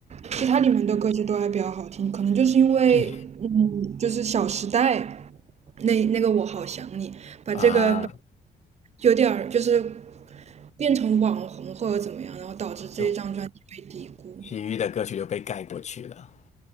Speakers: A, on the right; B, on the left.
A: 其他里面的歌曲都还比较好听，可能就是因为，
B: 对
A: 嗯，就是《小时代》那那个我好想你，把这个
B: 啊，
A: 有点儿就是变成网红或者怎么样，然后导致这一张专辑被低估。
B: 就其余的歌曲就被盖过去了。